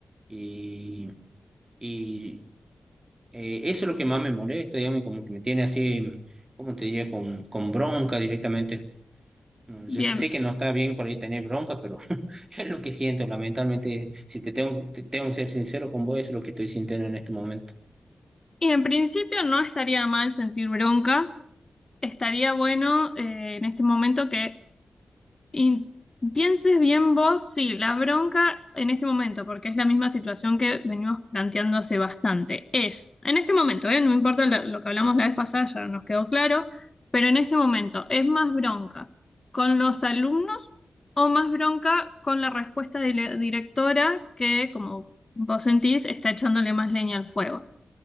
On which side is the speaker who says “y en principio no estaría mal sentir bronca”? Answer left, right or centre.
Left